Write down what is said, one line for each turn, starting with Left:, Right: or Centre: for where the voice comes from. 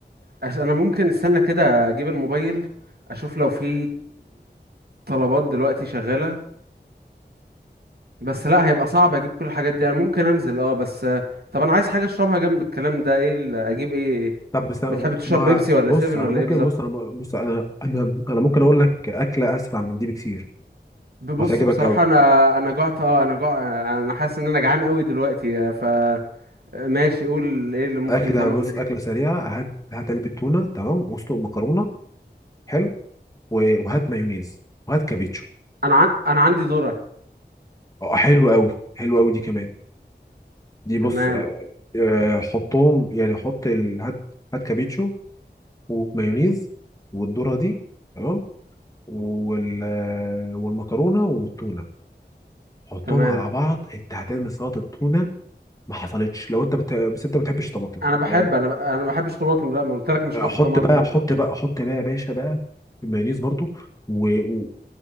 Right: عشان انا ممكن استنى كده اجيب الموبايل اشوف لو في طلبات دلوقتي شغالة بس لا هيبقى صعب اجيب كل الحاجات دي انا ممكن انزل اه بس آه، طب انا عايز حاجة اشربها جنب الكلام ده ايه ال- اجيب ايه
Left: طب بس
Right: بتحب تشرب
Left: ما
Right: بيبسي ولا
Left: بص
Right: سيفن
Left: انا
Right: ولا
Left: ممكن
Right: ايه بالظبط
Left: بص انا م- بص انا انا انا ممكن اقول لك اكله اسرع من دي بكتير
Right: ببص
Left: وهتعجبك
Right: بصراحة
Left: قوي
Right: انا انا جعت اه انا جع انا حاسس ان انا جعان قوي دلوقتي آه، ف ماشي قول ايه اللي ممكن
Left: اكله
Right: يتعمل
Left: بص
Right: سريع
Left: اكله سريعه هات هات علبه تونه تمام واسلق مكرونه حلو و- وهات مايونيز وهات كابيتشو
Right: انا عن... انا عندي ذرة
Left: اه حلو قوي حلو قوي دي كمان دي بص
Right: تمام
Left: آه، آه، حطهم يعني حط ال- هات هات كابيتشو ومايونيز والذرة دي تمام وال آه، والمكرونة والتونة حطهم
Right: تمام
Left: على بعض انت هتعمل سلطة التونة ما حصلتش لو انت بت... بس انت ما بتحبش طماطم
Right: انا بحب
Left: يعني
Right: انا ب... انا ما بحبش طماطم لا ما قلت لك مش
Left: آه،
Right: هحط
Left: حط
Right: طماطم
Left: بقى حط بقى حط بقى يا باشا بقى المايونيز برضو و... و...